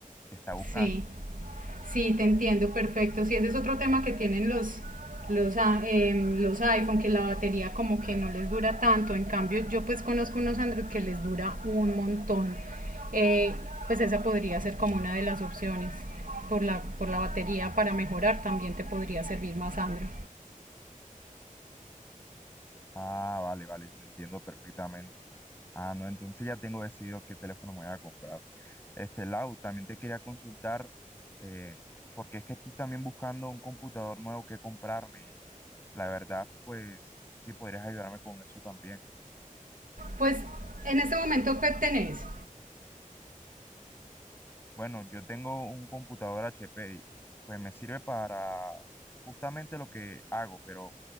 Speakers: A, on the left; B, on the right.
A: que está buscando.
B: sí. Sí, te entiendo, perfecto. Sí, ese es otro tema que tienen los, los, a- em, los iPhone, que la batería como que no les dura tanto. En cambio, yo pues conozco unos Android que les dura un montón. Eh, pues esa podría ser como una de las opciones por la, por la batería para mejorar. También te podría servir más Android.
A: Ah, vale, vale, te entiendo perfectamente. Ah, no, entonces ya tengo decidido qué teléfono me voy a comprar. Este, Lau, también te quería consultar, eh, porque es que estoy también buscando un computador nuevo que comprarme y la verdad, pues, no sé si podrías ayudarme con eso también.
B: Pues en este momento, ¿qué tenés?
A: Bueno, yo tengo un computador HP y pues me sirve para justamente lo que hago, pero